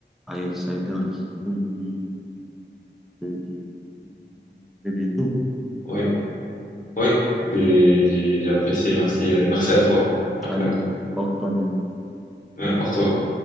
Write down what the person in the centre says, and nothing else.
allez, ça a été enrichissant et puis, euh, je- je- je- je- je- je- je- bientôt.
Allez,
porte-toi bien.